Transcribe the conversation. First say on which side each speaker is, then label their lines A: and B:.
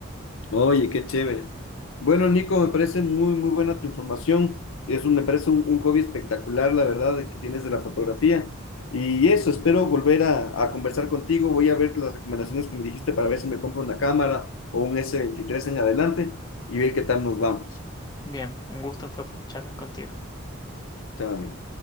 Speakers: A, on the left; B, on the left.
A: Oye, qué chévere. Bueno, Nico, me parece muy, muy buena tu información. Es un, me parece un, un hobby espectacular, la verdad, que tienes de la fotografía. Y eso, espero volver a, a conversar contigo. Voy a ver las recomendaciones que me dijiste para ver si me compro una cámara o un s veintitrés en adelante y ver qué tal nos vamos.
B: Bien, un gusto fue charlar contigo.
A: Chao, amigo.